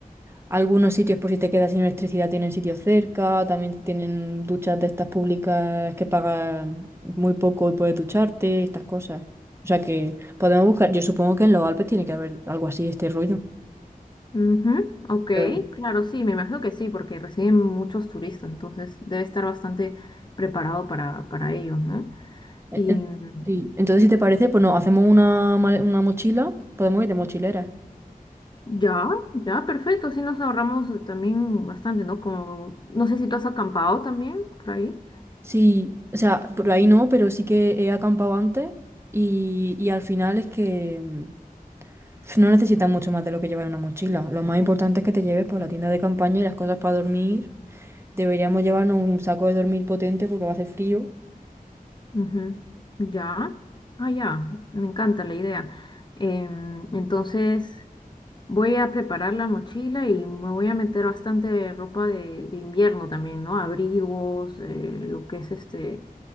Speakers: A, on the right; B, on the left.
A: algunos sitios por si te quedas sin electricidad, tienen sitios cerca, también tienen duchas de estas públicas que pagas muy poco y puedes ducharte, estas cosas. O sea que podemos buscar, yo supongo que en los Alpes tiene que haber algo así, este rollo.
B: Ujú, Ok,
A: Pero-
B: claro, sí, me imagino que sí, porque reciben muchos turistas, entonces debe estar bastante preparado para, para ellos, ¿no? Y
A: Eh, eh,
B: mm,
A: Sí. Entonces, si te parece, pues nos hacemos una, ma- una mochila, podemos ir de mochilera.
B: ya, ya, perfecto, sí nos ahorramos eh, también bastante, ¿no? Como, no sé si tú has acampado también por ahí.
A: Sí, o sea, por ahí no, pero sí que he acampado antes y, y al final es que mm, no necesitas mucho más de lo que llevar en una mochila. Lo más importante es que te lleves por la tienda de campaña y las cosas para dormir. Deberíamos llevarnos un saco de dormir potente porque va a hacer frío.
B: Ujú, Ya, ah, ya, me encanta la idea. Em, entonces, voy a preparar la mochila y me voy a meter bastante ropa de, de invierno también, ¿no? Abrigos, eh, lo que es este